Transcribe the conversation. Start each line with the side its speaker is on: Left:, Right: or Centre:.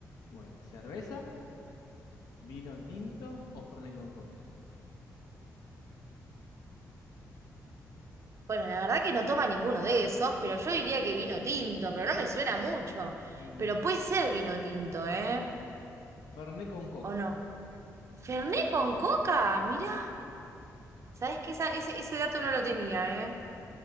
Left: Bueno, cerveza, vino tinto o Fernet con coca.
Right: bueno, la verdad que no toma ninguno de esos, pero yo diría que vino tinto, pero no me suena mucho.
Left: Mm,
Right: Pero puede ser vino tinto, ¿eh?
Left: Fernet con coca.
Right: ¿O no? Fernet con coca, mira. ¿Sabés que esa- ese, ese dato no lo tenía, ¿eh?